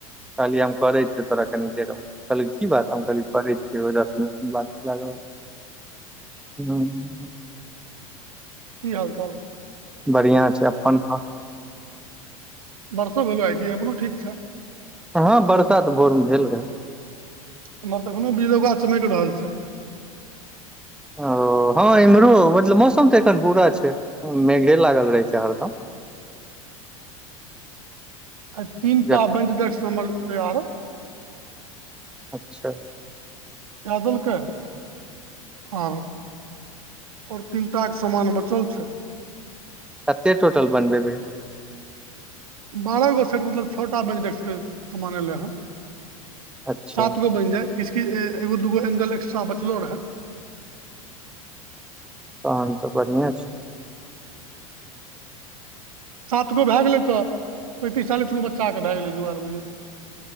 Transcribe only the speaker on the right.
की हाल चाल
बर्षो भेलो आइ कि अपनो ठीक छै
एमहर एखनो बीजलौका चमैकि रहल छै
<inaudible> आय तीन
टा बेंच डेक्स हमर तैयार
के देलकै आओर और तीनटा के सामान बचल छै
बारहगो सेट मतलब छओटा बेंच डेस्कके सामान एलै हन
सात गो बनि जाय किस कि एगो दूगो एंगल एक्स्ट्रा बचलो रहे
सात गो भए गेलै तऽ पैंतीस चालीस गो बच्चाकेँ भए गेलै जुगाड़ बुझलियै